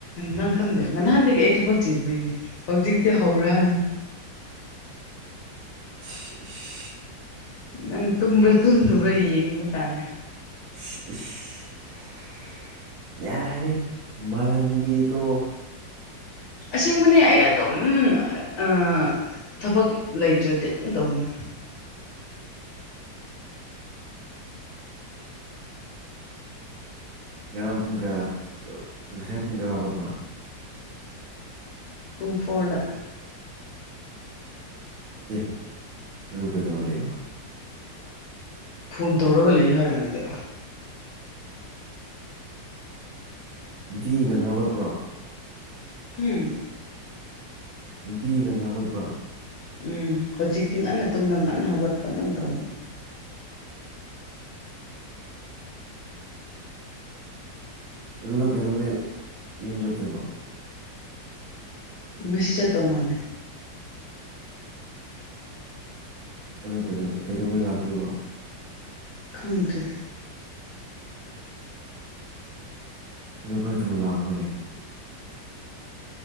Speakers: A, on the left; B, on the right.
A: ꯅꯪ ꯈꯪꯗ ꯅ ꯅꯍꯥꯟꯗꯒꯤ ꯑꯩ ꯊꯕꯛ ꯆꯤꯟꯕꯩꯅꯦ ꯍꯧꯖꯤꯛꯇꯤ ꯍꯧꯔꯑꯅꯤ
B: <unintelligible>
A: ꯅꯪ ꯇꯨꯝꯕ꯭ꯔꯥ ꯇꯨꯝꯗꯕ꯭ꯔꯥ ꯌꯦꯡꯕ ꯇꯥꯔꯦ
B: <unintelligible> ꯌꯥꯔꯦ ꯃꯥꯟꯍꯟꯕꯤꯗꯣ ꯇꯣꯛꯑꯣ
A: ꯑꯁꯦꯡꯕꯅꯦ ꯑꯩ ꯑꯗꯨꯝ ꯑ ꯊꯕꯛ ꯂꯩꯇ꯭ꯔꯗꯤ ꯑꯗꯨꯝ ꯇꯧꯅꯤ
B: ꯉꯔꯥꯡ ꯄꯨꯡ ꯀꯌꯥ ꯉꯁꯥꯏ ꯄꯨꯡ ꯀꯌꯥ ꯍꯧꯒꯠꯄꯣ
A: ꯄꯨꯡ ꯐꯣꯔꯗ
B: ꯑꯦꯍ ꯑꯗꯨ ꯀꯩꯗꯧꯔ ꯂꯩꯕ
A: ꯐꯣꯟ ꯇꯧꯔꯒ ꯂꯩ ꯍꯥꯏꯔꯉꯥꯏꯗ
B: ꯅꯨꯡꯇꯤꯒꯤ ꯉꯟꯅ ꯍꯧꯒꯠꯄ꯭ꯔꯣ
A: ꯎꯝ
B: ꯅꯨꯡꯇꯤꯒꯤ ꯉꯟꯅ ꯍꯧꯒꯠꯄ꯭ꯔꯥ
A: ꯎꯝ ꯍꯧꯖꯤꯛꯇꯤ ꯉꯟꯅ ꯇꯨꯝꯂꯒ ꯉꯟꯅ ꯍꯧꯒꯠꯄ ꯑꯗꯨꯝ ꯇꯧꯋꯤ
B: ꯑꯗꯨ ꯅ꯬ ꯀꯩꯗꯧꯉꯩ ꯌꯨꯝ ꯆꯠꯇꯣꯏꯕ
A: ꯉꯁꯤ ꯆꯠꯇꯧ ꯃꯥꯂꯦ
B: ꯑꯗꯨ ꯀꯩꯗꯧꯀꯩꯗꯧꯉꯩ ꯂꯥꯛꯇꯣꯏꯔꯤꯕ
A: ꯈꯪꯗ꯭ꯔꯤ
B: ꯑꯗꯨ ꯈꯔ ꯊꯨꯅ ꯂꯥꯛꯈ꯭ꯔꯣꯅꯦ